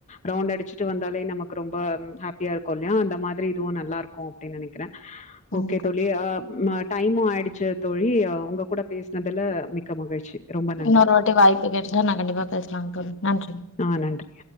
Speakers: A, on the left; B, on the left.
A: ரவுண்டு அடிச்சுட்டு வந்தாலே நமக்கு ரொம்ப ஹாப்பியா இருக்கு இல்லியா அந்த மாதிரி இதுவு நல்லாருக்கு அப்டின் நெனைக்கிறே
B: கண்டிப்பா
A: ஓகே தோழி ஆ மட் டையிமு ஆயிடுச்சி தோழி உங்க கூட பேசனுதுல மிக்க மகிழ்ச்சி ரொம்ப
B: இன்னொரு
A: நன்றி.
B: வாட்டி வாய்ப்பு கெடச்சா நா கண்டிப்பா பேசலாங் தோழி நன்றி
A: ஆ நன்றி